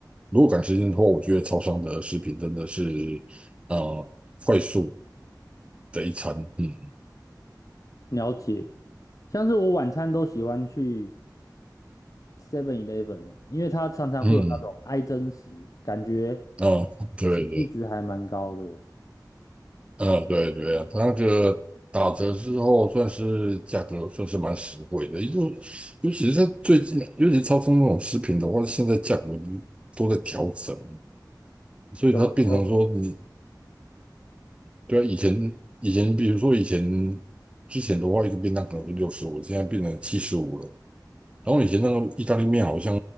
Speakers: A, on the right; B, on the left.
A: 如果赶时间的话，我觉得超商的食品真的是，呃，快速的一餐。嗯
B: 了解，像是我晚餐都喜欢去。Seven Eleven 啊，因为它常常会有那种爱真实，
A: 嗯，
B: 感觉
A: 啊、对对
B: CP 值还蛮高的。
A: 嗯，对对，它那个打折之后，算是价格算是蛮实惠的，尤尤其是在最近，尤其超市那种食品的话，现在价格都在调整，所以它变成说你，
B: 怎么说？
A: 对啊，以前以前比如说以前之前的话，一个便当可能是六十五，现在变成七十五了，然后以前那个意大利面好像